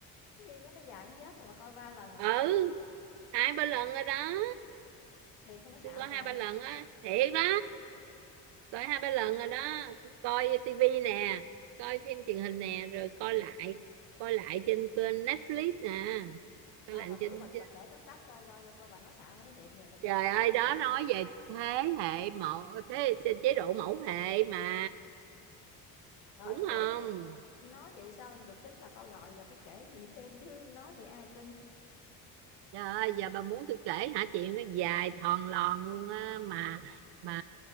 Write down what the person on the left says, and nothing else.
cái phim đó nó dài cũng chết mà bà coi ba lần mà
xạo.
Thiệt con nó xạo
trời.
Đâu
bà thử
bà bà kể tóm tắt coi coi coi, coi bà nói xạo nó thiệt giờ bà kể
tóm tắt
luôn
nghe thử
coi.
Rồi,
ủa
nói vậy sao được tính là coi rồi giờ phải kể gì thêm chứ nói vậy ai tin.